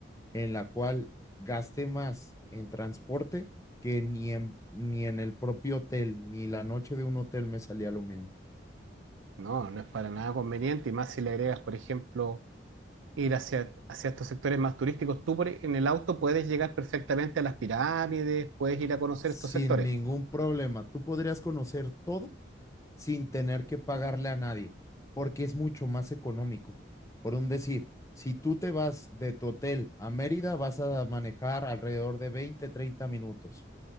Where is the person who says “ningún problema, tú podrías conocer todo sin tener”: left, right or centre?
Left